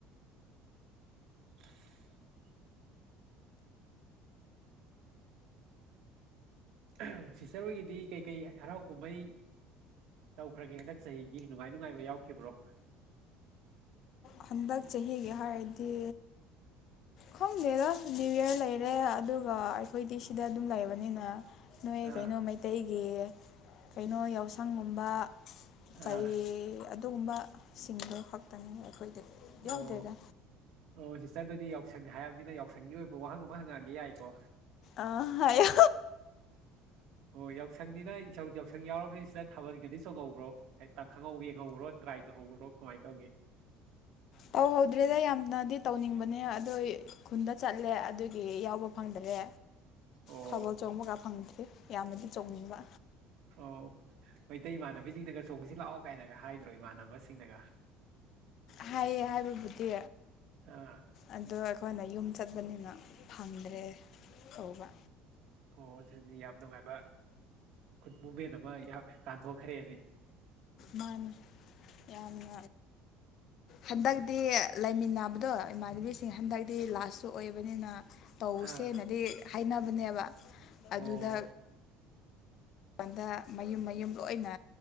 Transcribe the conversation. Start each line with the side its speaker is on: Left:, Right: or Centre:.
Right: <inaudible> ꯑꯍꯥ ꯁꯤꯁꯇꯔ ꯍꯣꯏꯒꯤꯗꯤ ꯀꯩꯀꯩ ꯍꯔꯥꯎ ꯀꯨꯝꯍꯩ ꯇꯧꯈ꯭ꯔꯒꯦ ꯍꯟꯗꯛ ꯆꯍꯤꯒꯤ ꯅꯨꯡꯉꯥꯏ ꯅꯨꯡꯉꯥꯏꯕ ꯌꯥꯎꯈꯤꯕ꯭ꯔꯣ
Left: ꯍꯟꯗꯛ ꯆꯍꯤꯒꯤ ꯍꯥꯏꯔꯗꯤ ꯈꯪꯗꯦꯗ ꯅꯤꯌꯨ ꯏꯌꯔ ꯂꯩꯔꯦ ꯑꯗꯨꯒ ꯑꯩꯈꯣꯏꯗꯤ ꯁꯤꯗ ꯑꯗꯨꯝ ꯂꯩꯕꯅꯤꯅ ꯅꯣꯏ
Right: ꯑꯥ
Left: ꯀꯩꯅꯣ ꯃꯩꯇꯩꯒꯤ ꯀꯩꯅꯣ ꯌꯥꯎꯁꯪꯒꯨꯝꯕ ꯆꯩ
Right: ꯑꯥ
Left: ꯑꯗꯨꯒꯨꯝꯕ ꯁꯤꯡꯗꯣ ꯈꯛꯇꯅꯤ ꯑꯩꯈꯣꯏꯗꯗꯤ ꯌꯥꯎꯗꯦꯗ
Right: ꯑꯣ ꯑꯣ ꯁꯤꯁꯇꯔ ꯑꯗꯨꯗꯤ ꯌꯥꯎꯁꯪ ꯍꯥꯏꯔꯕꯅꯤꯅ ꯌꯥꯎꯁꯪꯒꯤ ꯑꯣꯏꯕ ꯋꯥꯍꯪ ꯑꯃ ꯍꯪꯉꯛꯑꯒꯦ ꯌꯥꯏꯀꯣ
Left: ꯑꯥ ꯍꯥꯏꯌꯣ
Right: ꯑꯣ ꯌꯥꯎꯁꯪꯅꯤꯅ ꯌꯥꯎꯁꯪ ꯌꯥꯎꯔꯕꯅꯤ ꯁꯤꯗ ꯊꯥꯕꯜꯒꯗꯤ ꯆꯣꯡꯍꯧꯕ꯭ꯔꯣ ꯍꯦꯛꯇ ꯈꯪꯍꯧ ꯌꯦꯡ ꯈꯪꯍꯧꯕꯔꯣ ꯇ꯭ꯔꯥꯏ ꯇꯧꯍꯧꯕꯔꯣ ꯀꯃꯥꯏꯅ ꯇꯧꯒꯦ
Left: ꯇꯧꯍꯧꯗ꯭ꯔꯦꯗ ꯌꯥꯝꯅꯗꯤ ꯇꯧꯅꯤꯡꯕꯅꯦ ꯑꯗꯨ ꯈꯨꯟꯗ ꯆꯠꯂꯦ ꯑꯗꯨꯒꯤ ꯌꯥꯎꯕ ꯐꯪꯗꯔꯦ
Right: ꯑꯣ
Left: ꯊꯥꯕꯜ ꯆꯣꯡꯕꯒ ꯐꯪꯗ꯭ꯔꯤ ꯌꯥꯝꯅꯗꯤ ꯆꯣꯡꯅꯤꯡꯕ
Right: ꯑꯣ ꯃꯩꯇꯩ ꯏꯃꯥꯟꯅꯕꯤꯁꯤꯡꯅꯒ ꯆꯣꯡꯁꯤ ꯂꯥꯛꯑꯣ ꯀꯥꯏꯅꯒ ꯍꯥꯏꯗ꯭ꯔꯣ ꯏꯃꯥꯟꯅꯕꯁꯤꯡꯅꯒ
Left: ꯍꯥꯏꯌꯦ ꯍꯥꯏꯕꯕꯨꯗꯤ
Right: ꯑꯥ
Left: ꯑꯗꯣ ꯑꯩꯈꯣꯏꯅ ꯌꯨꯝ ꯆꯠꯄꯅꯤꯅ ꯐꯪꯗ꯭ꯔꯦ ꯀꯧꯕ
Right: ꯑꯣ ꯑꯗꯨꯗꯤ ꯌꯥꯝ ꯅꯨꯡꯉꯥꯏꯕ ꯃꯣꯃꯦꯟ ꯑꯃ ꯌꯥ ꯀꯥꯟꯊꯣꯛꯈ꯭ꯔꯦꯅꯦ
Left: ꯃꯥꯅꯤ ꯌꯥꯝꯅ ꯍꯟꯗꯛꯇꯤ ꯂꯩꯃꯤꯟꯅꯕꯗꯣ ꯏꯃꯥꯟꯅꯕꯤꯁꯤꯡ ꯍꯟꯗꯛꯇꯤ ꯂꯥꯁꯁꯨ ꯑꯣꯏꯕꯅꯤꯅ ꯇꯧꯁꯦꯅꯗꯤ
Right: ꯑꯥ
Left: ꯍꯥꯏꯅꯕꯅꯦꯕ
Right: ꯑꯣ
Left: ꯑꯗꯨꯗ ꯀꯟꯗ ꯃꯌꯨꯝ ꯃꯌꯨꯝ ꯂꯣꯏꯅ